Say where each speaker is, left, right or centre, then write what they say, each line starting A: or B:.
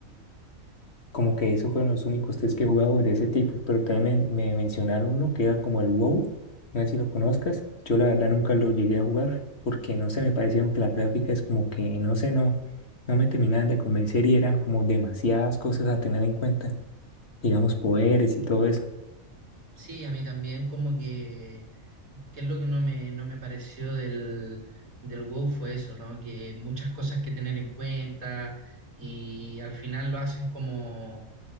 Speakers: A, on the left (about 50°); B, on the right (about 85°).
A: Como que esos fueron los únicos tres que he jugado de ese tipo, pero también me, me mencionaron uno que era como el WoW, no sé si lo conozcas, yo la verdad nunca lo llegué a jugar porque no sé, me parecieron que las gráficas como que, no sé, no, no me terminaban de convencer y eran como demasiadas cosas a tener en cuenta, digamos poderes y todo eso.
B: Sí, a mí también como que, que es lo que no me, no me pareció del, del WoW fue eso, ¿no? Que muchas cosas que tener en cuenta y al final lo hacen como,